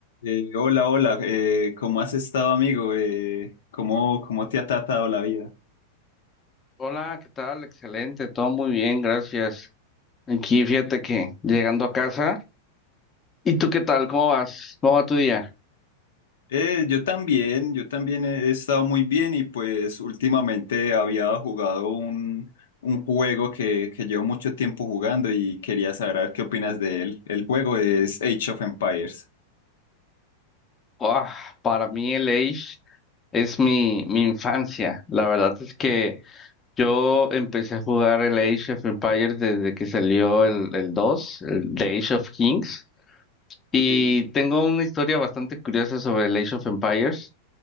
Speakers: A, on the left; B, on the left.
A: Eh, hola, hola, eh, ¿cómo has estado, amigo? Eh, ¿cómo, cómo te ha tratado la vida?
B: Hola, ¿qué tal? Excelente, todo muy bien, gracias. Aquí fíjate que llegando a casa. ¿Y tú qué tal? ¿Cómo vas? ¿Cómo va tu día?
A: Eh, yo también, yo también he estado muy bien y pues últimamente había jugado un, un juego que, que llevo mucho tiempo jugando y quería saber a ver qué opinas de él. El juego es Age of Empires.
B: Ah, para mí el Age es mi, mi infancia. La verdad es que yo empecé a jugar el Age of Empires desde que salió el, el 2, el The Age of Kings. Y
A: Sí,
B: tengo una historia bastante curiosa sobre el Age of Empires.